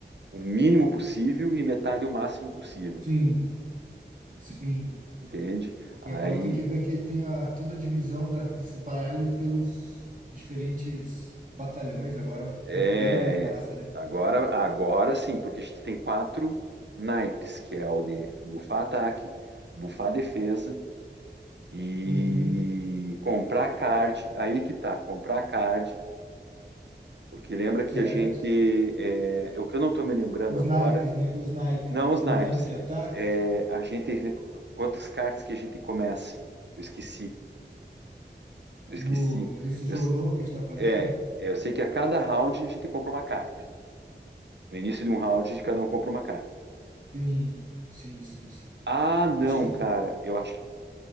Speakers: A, on the right (about 70°); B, on the right (about 45°).
A: o mínimo possível e metade o máximo possível,
B: Sim, sim.
A: entende? Aí
B: E agora tem que ver que tem a, toda a divisão da, desse baralho pelos diferentes batalhões agora. Vai ficar
A: É,
B: bem mais massa, né?
A: agora, agora sim, porque a gente tem quatro naipes, que é o de bufar ataque, bufar defesa e
B: Uhum,
A: comprar card. Aí que tá, comprar card, porque lembra que
B: certo.
A: a gente, é, é o que eu não tô me lembrando
B: os
A: agora,
B: naipes, né? Os naipes,
A: não
B: né?
A: os
B: Tem
A: naipes,
B: um naipe de ataque
A: é, a gente, quantas cartas que a gente começa? Eu esqueci, eu esqueci.
B: no, no- nesse
A: Eu,
B: jogo novo que a gente tá fazendo?
A: é, é, eu sei que a cada round a gente compra uma carta. No início de um round, de cada um compra uma carta.
B: Sim, sim, sim, sim.
A: Ah, não,
B: Acho que
A: cara. Eu acho que